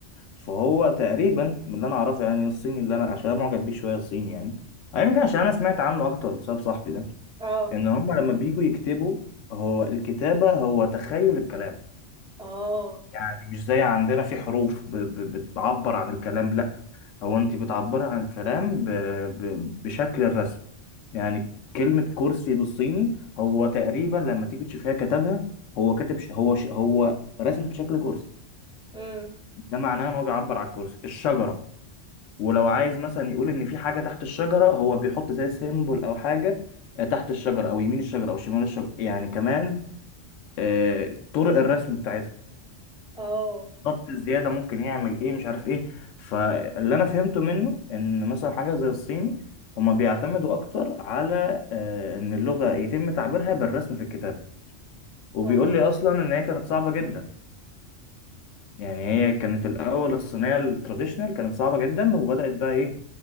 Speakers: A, on the left (about 85°); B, in the centre.
A: فهو تقريبا من اللي انا اعرفه يعني الصيني اللي انا عشان أنا معجب بيه شوية الصيني يعني أو يمكن عشان انا سمعت عنه اكتر بسبب صاحبي ده
B: اه
A: ان هم لما بيجوا يكتبوا هو الكتابة هو تخيل الكلام
B: اه
A: يعني مش زي عندنا في حروف ب... ب... بتعبر عن الكلام لا هو انت بتعبري عن الكلام ب... ب... بشكل الرسم يعني كلمة كرسي بالصيني هو تقريبا لما تيجي تشوفيها كتبها هو كاتب ش... هو ش... هو رسم شكل كرسي
B: امم
A: ده معناه ان هو بيعبر عن الكرسي الشجرة ولو عايز مثلا يقول ان في حاجة تحت الشجرة هو بيحط زي سيمبل او حاجة آه، تحت الشجرة او يمين الشجرة او شمال الشجرة يعني كمان آه، طرق الرسم بتاعتها
B: اه
A: بالظبط الزياده ممكن يعمل ايه مش عارف ايه فاللي انا فهمته منه ان مثلا حاجه زي الصيني هما بيعتمدوا اكتر على آه، ان اللغه يتم تعبيرها بالرسم في الكتابه وبيقول
B: اه
A: لي اصلا ان هي كانت صعبه جدا يعني هي كانت الاول الصينيه التراديشنال كانت صعبه جدا وبدات بقى ايه